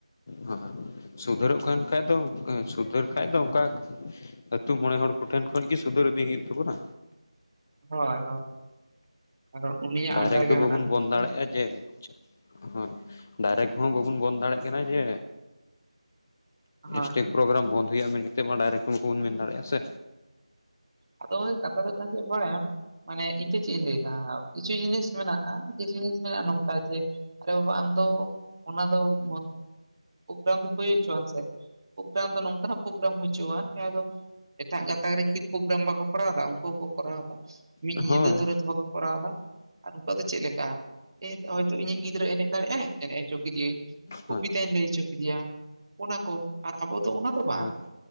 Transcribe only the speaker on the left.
ᱦᱚ ᱦᱚ ᱥᱩᱫᱷᱟᱹᱨᱚᱜ ᱠᱟᱱ ᱠᱷᱟᱡ ᱫᱚ ᱥᱩᱫᱷᱟᱹᱨ ᱠᱷᱟᱡ ᱫᱚ ᱚᱱᱠᱟ ᱟᱹᱛᱩ ᱢᱚᱬᱮ ᱦᱚᱲ ᱠᱚᱴᱷᱮᱱ ᱠᱷᱚᱱ ᱜᱮ ᱥᱩᱫᱷᱟᱹᱨ ᱤᱫᱤ ᱦᱩᱭᱩᱜ ᱛᱟᱵᱚᱱᱟ
ᱰᱟᱭᱨᱮᱠᱴ
ᱫᱚ
ᱵᱟᱵᱚᱱ
ᱵᱚᱱᱫ
ᱫᱟᱲᱮᱭᱟᱜᱼᱟ ᱡᱮ ᱦᱳᱭ ᱫᱟᱨᱮ ᱠᱚᱦᱚᱸ ᱵᱟᱵᱚᱱ ᱵᱚᱱᱫ ᱫᱟᱲᱮᱭᱟᱜ ᱠᱟᱱᱟ ᱡᱮ
ᱥᱴᱮᱡᱽ
ᱯᱨᱳᱜᱨᱟᱢ ᱵᱚᱱᱫ ᱦᱩᱭᱩᱜ ᱢᱮᱱ ᱢᱟᱰᱟᱭ ᱨᱚᱠᱚᱢ ᱵᱚᱱ ᱢᱮᱱ ᱫᱟᱲᱮᱭᱟᱜᱼᱟ ᱥᱮ
ᱦᱳᱭ
ᱦᱳᱭ
ᱦᱳᱭ
ᱦᱳᱭ